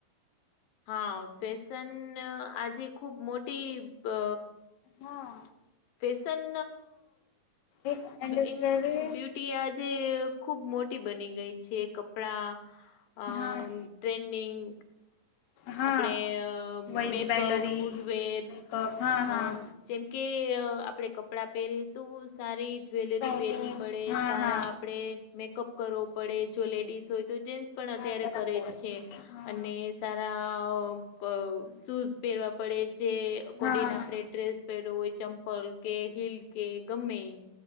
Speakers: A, on the left; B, on the left.
A: હા ફેશન આજે ખુબ મોટી બ
B: હા
A: ફેશન
B: એક ઇન્ડસ્ટ્રી
A: ઇન બ્યુટી આજે ખુબ મોટી બની ગઈ છે કપડા અ
B: હા
A: ટ્રેડિંગ.
B: હા
A: આપણે
B: વૈજ
A: મેકઅપ
B: જ્વેલરી
A: ફૂટવેર
B: મેકઅપ હા હા
A: અ જેમ કે આપણેે કપડાં પહેરીએ તો સારી જ્વેલરી
B: સ્ટાઈલિંગ
A: પહેરવી પડે
B: હા
A: સારા.
B: હા
A: આપણેે મેકઅપ કરવો પડે જો લેડીસ હોય. તો જેન્સ પણ
B: હા
A: અત્યારે
B: બરાબર
A: કરે જ છે
B: હા
A: અને સાર <unintelligible> શૂઝ પહેરવા પડે જે અકોર્ડિન
B: હા હા
A: આપડ ડ્રેસ પહેર હોય ચંપલ કે હીલ કે ગમે એ